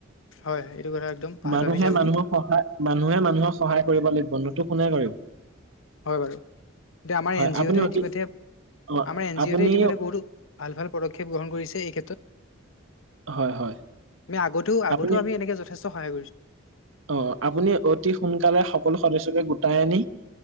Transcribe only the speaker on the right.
মানুহে
মানুহৰ সহায় মানুহে মানুহৰ সহায় কৰিব লাগিব নতো কোনে কৰিব
হয়
আপুনি
অতি
অ
আপুনি
হয় হয়
আপুনি
অ আপুনি অতি সোনকালে সকলো সদস্যকে গোটাই আনি